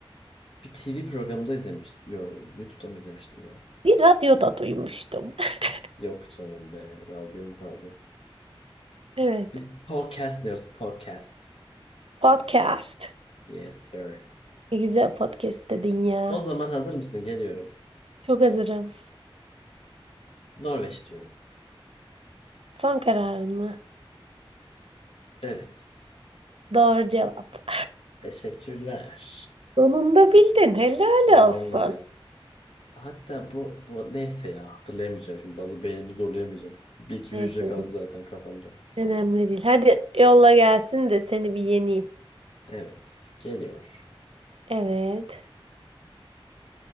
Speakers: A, on the left; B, on the right.
A: Bir TV programında izlemiştim. Yo, YouTube'dan mı izlemiştim ya?
B: Bir radyoda duymuştum. <laughs>
A: Yok canım be, radyom kaldı.
B: Evet.
A: Biz podcast diyoruz, podcast.
B: Podcast.
A: Yes sir.
B: Ne güzel podcast dedin ya.
A: O zaman hazır mısın? Geliyorum.
B: Çok hazırım.
A: Norveç diyorum.
B: Son kararın mı?
A: Evet.
B: Doğru cevap.
A: Teşekkürler.
B: Sonunda bildin. Helal
A: Vallahi.
B: olsun.
A: Hatta bu, bu neyse ya hatırlayamayacağım şimdi. Bazı beynimi zorlayamayacağım. Bir iki
B: Neyse.
A: hücre kaldı zaten kafamda.
B: Önemli değil. Hadi yolla gelsin de seni bir yeneyim.
A: Evet. Geliyor.
B: Evet.